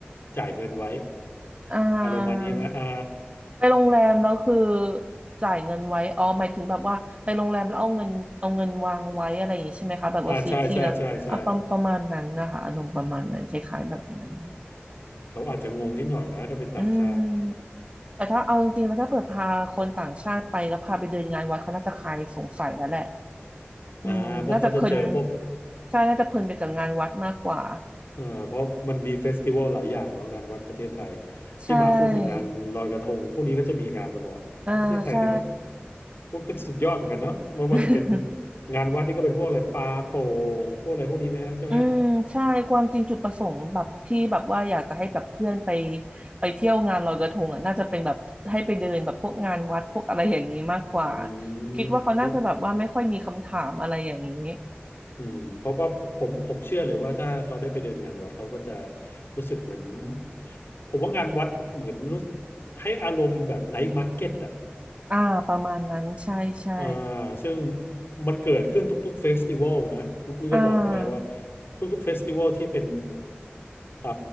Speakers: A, on the left; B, on the right.
A: จ่ายเงินไว้
B: อ่า
A: อารมณ์มานี้ไหมอ่า
B: ไปโรงแรมแล้วคือจ่ายเงินไว้อ๋อหมายถึงแบบว่าไปโรงแรมแล้วเอาเงินเอาเงินวางไว้อะไรอย่างนี้ใช่ไหมคะแบบว่าซื้อที่แล้วอ่ะประมาณประมาณนั้นนะคะอารมณ์ประมาณนั้นคล้ายๆแบบนั้น
A: อ่าใช่ใช่ใช่ใช่เขาอาจจะงงนิดหน่อยนะถ้าเป็นต่างชาติ
B: อืมแต่ถ้าเอาจริงๆแล้วถ้าเปิดพาคนต่างชาติไปก็พาไปเดินงานวัดเขาน่าจะคลายสงสัยแล้วแหละอืมน่าจะเพลิน
A: อ่าเพราะเขาจะเจอพวก <laughs>
B: ใช่น่าจะเพลินไปกับงานวัดมากกว่า
A: อ่าเพราะมันมีเฟสติวัลหลายอย่างเนาะงานวัดประเทศไทย
B: <laughs> ใช่
A: ที่มาคู่กับงานลอยกระทงพวกนี้ก็จะมีงานตลอดประเทศไทยนี่ก็
B: อ่าใช่
A: พวกก็สุดยอดเหมือนกันเนาะไม่ว่าจะเป็น
B: <laughs>
A: งานวัดนี่ก็เป็นพวกอะไรปลาโป่งพวกอะไรพวกนี้ไหมฮะใช่ไหม
B: อืมใช่ความจริงจุดประสงค์แบบที่แบบว่าอยากจะให้แบบเพื่อนไปไปเที่ยวงานลอยกระทงอ่ะน่าจะเป็นแบบให้ไปเดินแบบพวกงานวัดพวกอะไรอย่างนี้มากกว่า
A: อืมเดอ
B: คิดว่าเขาน่าจะแบบว่าไม่ค่อยมีคำถามอะไรอย่างนี้
A: อืมเพราะว่าผมผมเชื่อเลยว่าถ้าเขาได้ไปเดินงานวัดเขาก็จะรู้สึกเหมือนผมว่างานวัดเหมือนรู้ให้อารมณ์แบบไนท์มาร์เก็ตอ่ะ
B: อ่าประมาณนั้นใช่ใช่
A: อ่าซึ่งมันเกิดขึ้นทุกๆเฟสติวัลนะคุณอุ้ยก็บอกเขาได้ว่า
B: อ่า
A: ทุกๆเฟสติวัลที่เป็นอ่า